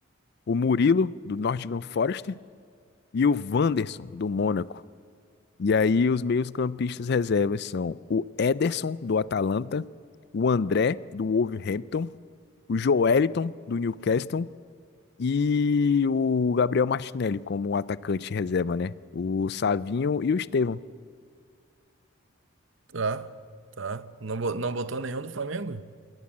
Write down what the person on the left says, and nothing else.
o Murilo, do Nottingham Forest, e o Wanderson, do Mônaco. E aí os meios-campistas reservas são o Ederson, do Atalanta, o André, do Wolverhampton, o Joelinton, do Newcastle, e o Gabriel Martinelli como atacante reserva, né? O Savinho e o Estevão.